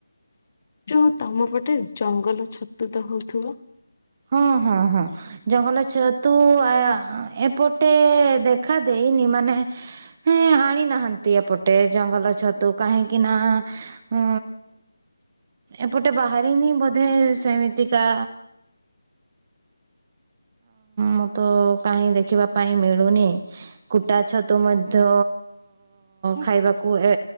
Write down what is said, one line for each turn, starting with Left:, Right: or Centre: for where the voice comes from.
Left: ଯୋଉ ତମ ପଟେ ଜଙ୍ଗଲ ଛତୁ ତ ହଉଥିବ?
Right: ହଁ ହଁ ହଁ। ଜଙ୍ଗଲ ଛତୁ ଆ ଏପଟେ ଦେଖା ଦେଇନି ମାନେ ହଁ ଆଣି ନାହାନ୍ତି ଏପଟେ ଜଙ୍ଗଲ ଛତୁ, କାହିଁକି ନା? ହଁ ଏପଟେ ବାହାରିନି ବୋଧେ ସେମିତିକା ମୁଁ ତ କାହିଁ ଦେଖିବା ପାଇଁ ମିଳୁନି। କୁଟା ଛତୁ ମଧ୍ୟ ଖାଇବାକୁ ଏ